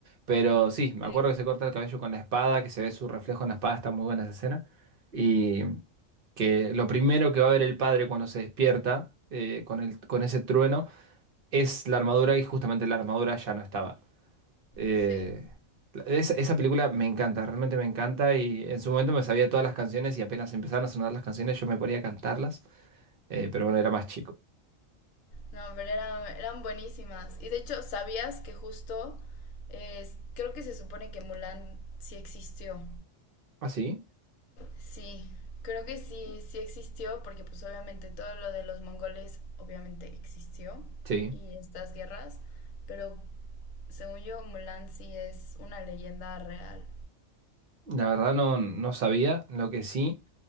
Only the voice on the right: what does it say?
Pero sí, me
acuerdo que se corta el cabello con la espada, que se ve su reflejo en la espada, está muy buena esa escena. Y que lo primero que va a ver el padre cuando se despierta eh, con el, con ese trueno es la armadura y justamente la armadura ya no estaba. Eh,
esa, esa película me encanta, realmente me encanta y en su momento me sabía todas las canciones y apenas empezaron a sonar las canciones yo me ponía a cantarlas, eh, pero bueno, era más chico.
¿Ah, sí?
Sí.
La verdad no, no sabía. Lo que sí.